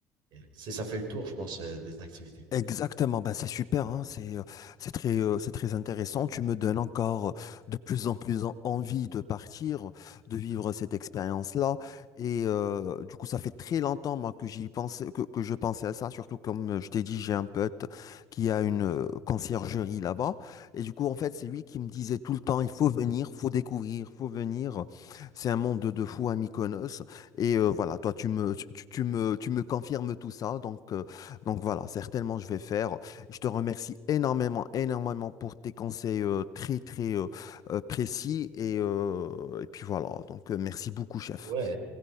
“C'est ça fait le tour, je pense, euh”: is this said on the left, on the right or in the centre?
Right